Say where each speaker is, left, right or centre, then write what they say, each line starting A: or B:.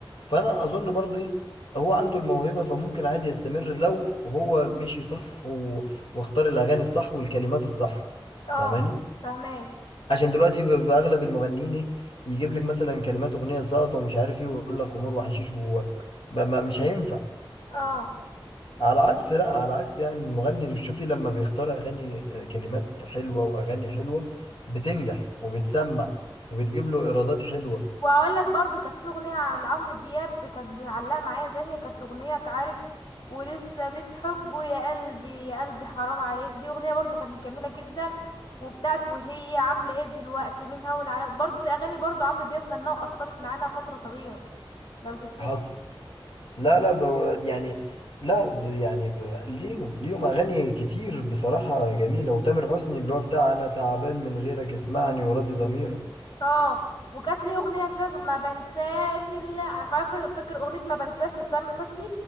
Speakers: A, on the left; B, on the left.
A: فانا اظن برضو ايه هو عنده الموهبة فممكن عادي يستمر لو هو مشي صح و... واختار الاغاني الصح والكلمات الصح
B: اه
A: فاهماني
B: فاهماه
A: عشان دلوقتي ب- باغلب المغنيين ايه يجيب لك مثلا كلمات اغنية ساقطة ومش عارف ايه ويقول لك خمور وحشيش و... ما ما- مش هينفع
B: اه
A: على عكس لا على عكس يعني المغني اللي شوفي لما بيختار اغاني آه، كلمات حلوه واغاني حلوه بتنجح وبتسمع وبتجيب له ايرادات حلوه
B: وهقول لك برضه كانت في أغنية عن لعمرو دياب كانت معلقة معايا دنيا كانت أغنية تعرف ولسه بتحبه يا قلبي يا قلبي حرام عليك دي أغنية برضه كانت جميلة جدا وبتاعت وهي عاملة ايه دلوقتي ومين هون على برضه دي أغاني برضه عمرو دياب غناها وأثرت معانا فترة طويلة لو تفتكر
A: حصل لا لا ب... يعني لا ب... يعني ب... ليهم ليهم اغاني كتير بصراحه جميله وتامر حسني اللي هو بتاع انا تعبان من غيرك اسمعني وراضي ضميرك
B: اه وكانت لي اغنيه فاكر ما بنساش اللي عارفه فاكر اغنيه ما بنساش لتامر حسني